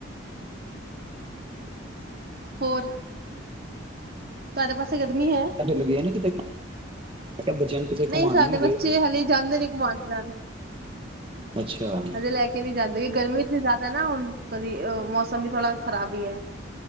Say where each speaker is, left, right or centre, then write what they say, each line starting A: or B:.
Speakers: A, on the right; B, on the right.
A: ਹੋਰ ਤੁਹਾਦੇ ਪਾਸੇ ਗਰਮੀ ਹੈ?
B: ਲੱਗੇ ਨੇ ਕਿਤੇ ਕਿਹਾ ਬੱਚਿਆਂ ਨੂੰ ਕਿਤੇ
A: ਨਹੀਂ
B: ਘੁਮਾਣ
A: ਸਾਡੇ
B: ਨੀ
A: ਬੱਚੇ
B: ਲਗੇ
A: ਹਲੇੇ ਜਾਂਦੇ ਨ ਘੁਮਾਂਨ ਫਿਰਾਨ
B: ਅੱਛਾ
A: ਹਜੇ ਲੈ ਕੇ ਨਹੀਂ ਜਾਂਦੇ ਗਰਮੀ ਜਿਆਦਾ ਪਤਾ ਨਾ ਹੁਣ ਕਦੀ ਮੌਸਮ ਵੀ ਥੋੜਾ ਖ਼ਰਾਬ ਹੀ ਹੈ।